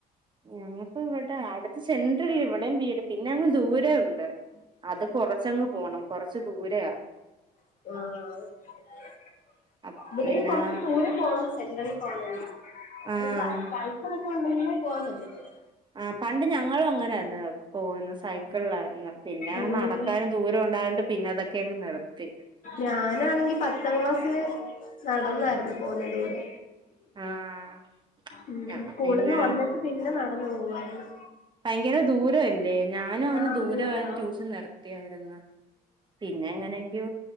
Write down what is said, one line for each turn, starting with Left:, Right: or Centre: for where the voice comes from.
Right: ഞങ്ങക്ക് ഇവിടെ അടുത്ത് സെന്ററില്ല ഇവിടെയും വീട് പിന്നെ അങ്ങ് ദൂരെ ഉണ്ട്. അത് കൊറച്ചങ്ങ് പോണം കൊറച്ച് ദൂരയാ.
Left: ആഹ്.
Right: അപ്പ
Left: ഇവിടയും
Right: പിന്നെ
Left: കൊറച്ച് ദൂരെ പോണം സെന്ററിൽ പോണങ്കി.
Right: ആഹ്
Left: ഒരു സൈ സൈക്കിള്ക്കെ ഉണ്ടങ്കിലെ പോവാൻ പറ്റത്തൊളു.
Right: ആ പണ്ട് ഞങ്ങളും അങ്ങനെ ആയിരുന്നു പോവുന്നെ സൈക്കിളിലായിരുന്നു. പിന്നെ
Left: ഉം
Right: നടക്കാനും ദൂരം ഉണ്ടായോണ്ട് പിന്നെ അതൊക്കെ അങ്ങ് നിർത്തി.
Left: ഞാനാണെങ്കി പത്താം ക്ലാസ്സില് നടന്നായിരുന്നു പോവുന്നെ ദൂരെ.
Right: ആഹ്
Left: ഉം
Right: ഞാൻ
Left: സ്കൂളിൽന്ന്
Right: പിന്നെ
Left: വന്നിട്ട് പിന്നെ നടന്നു പോവായിരുന്നു.
Right: ഭയങ്കര ദൂരല്ലേ ഞാനും അങ്ങനെ
Left: ആഹ്
Right: ദൂരം
Left: ദൂരാ
Right: ആയോണ്ട് ട്യുഷൻ നിർത്തിയായിരുന്നു. പിന്നെ എങ്ങനെയൊക്കെ